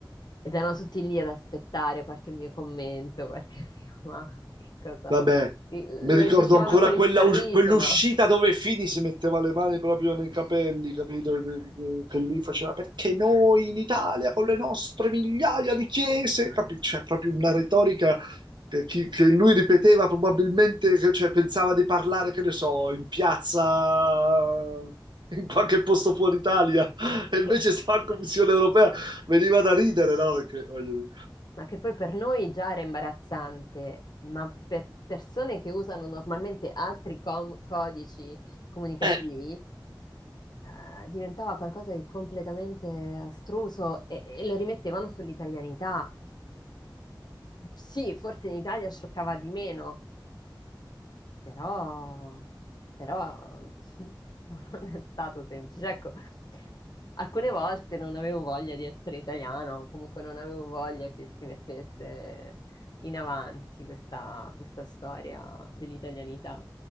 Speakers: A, on the left (about 60°); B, on the right (about 70°).
A: ed erano tutti lì ad aspettare qualche mio commento, qualche <laughs> mio, ma che cosa?
B: Vabbè,
A: Lo
B: mi ricordo
A: come dicevano
B: ancora
A: con il
B: quella
A: fanno?
B: us-
A: sorriso,
B: quell'uscita
A: ma...
B: dove Fini si metteva le mani proprio nei
A: <laughs>
B: capelli, capito? Che lui faceva perché noi in Italia con le nostre migliaia di chiese, capito? C'è proprio una retorica che, chi- che lui ripeteva probabilmente, che, cioè, pensava di parlare, che ne so, in piazza, in qualche posto fuori Italia,
A: Sì,
B: e invece
A: che
B: stava in Commissione europea, veniva da ridere, no? Perché, voglio dire.
A: Ma che poi per noi già era imbarazzante, ma per persone che usano normalmente altri com- codici comunicativi,
B: Eh.
A: eh, diventava qualcosa di completamente astruso e, e lo rimettevano sull'italianità. Sì, forse in Italia scioccava di meno, però, però <laughs> non è stato semplice. Ecco, alcune volte non avevo voglia di essere italiano, comunque non avevo voglia che si mettesse in avanti questa, questa storia dell'italianità.